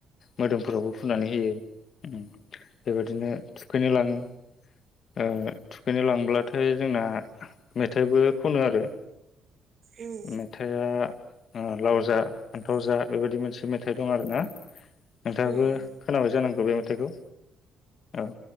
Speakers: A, on the left; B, on the right.
A: मोदोमफोरावबो फुननानै होयो बेबायदिनो थुखैनो लाङो ओ थुखैनो लांब्लाथाय जोंना मेथाइबो खनो आरो
B: उम
A: मेथाया लाव जा फान्थाव जा बेबायदि मोनसे मेथाइ दं आरो ना नोंथाङाबो
B: उम उम
A: खोनाबाय जानांगौ बे मेथाइखौ औ